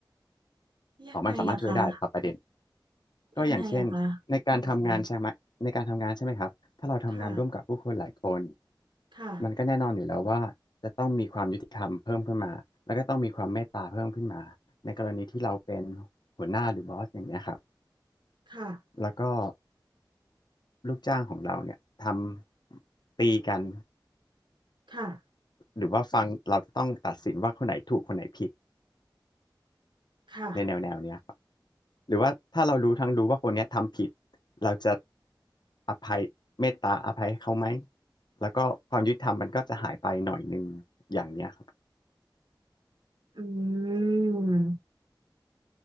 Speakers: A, on the right; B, on the left.
A: ยังไงอะคะ
B: อ๋อมันสามารถช่วยได้ครับประเด็น ก็อย่างเช่นในการทำงานใช่ไหมในการทำงานใช่ไหมครับถ้าเราทำงานร่วมกับผู้คนหลายคน
A: ยังไงอะคะค่ะค่ะ
B: มันก็แน่นอนอยู่แล้วว่าจะต้องมีความยุติธรรมเพิ่มขึ้นมาแล้วก็ต้องมีความเมตตาเพิ่มขึ้นมาในกรณีที่เราเป็นหัวหน้าหรือบอสอย่างเงี้ยครับ
A: ค่ะ
B: แล้วก็ลูกจ้างของเราเนี่ยทำตีกัน
A: ค่ะ
B: หรือว่าฟังเราจะต้องตัดสินว่าคนไหนถูกคนไหนผิด
A: ค่ะ
B: ในแนวแนวเนี้ยครับ หรือว่าถ้าเรารู้ทั้งรู้ว่าคนเนี้ยทำผิดเราจะอภัยเมตตาอภัยให้เขาไหมแล้วก็ความยุติธรรมมันก็จะหายไปหน่อยนึงอย่างเนี้ยครับ
A: อืม